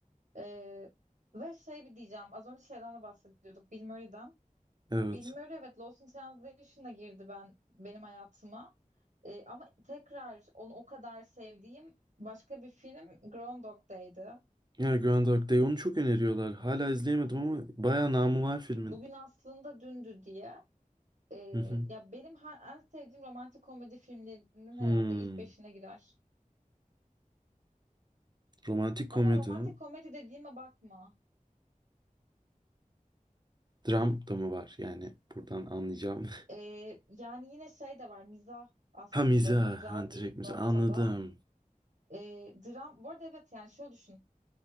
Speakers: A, on the right; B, on the right.
A: Ee, ve şey bir diyeceğim. Az önce şeyden de bahsediyorduk. Bill Murray'den.
B: Evet.
A: Bill Murray evet Lost in Translation'a girdi ben benim hayatıma. Ee, ama tekrar onu o kadar sevdiğim başka bir film Groundhog Day'di.
B: Ya Groundhog Day onu çok öneriyorlar. Hala izleyemedim ama bayağı namı var filmin.
A: Bugün aslında dündü diye. Ee,
B: Hı hı.
A: ya benim her, en sevdiğim romantik komedi filmlerinin herhalde
B: Hmm.
A: ilk beşine girer.
B: Romantik komedi.
A: Ama romantik
B: ha.
A: komedi dediğime bakma.
B: Dram da mı var? Yani buradan anlayacağım.
A: Ee, yani yine şey de var mizah aslında
B: Ha mizah,
A: güzel
B: ha direkt
A: bir
B: mizah.
A: noktada.
B: Anladım.
A: E, dram, bu arada evet yani şöyle düşün.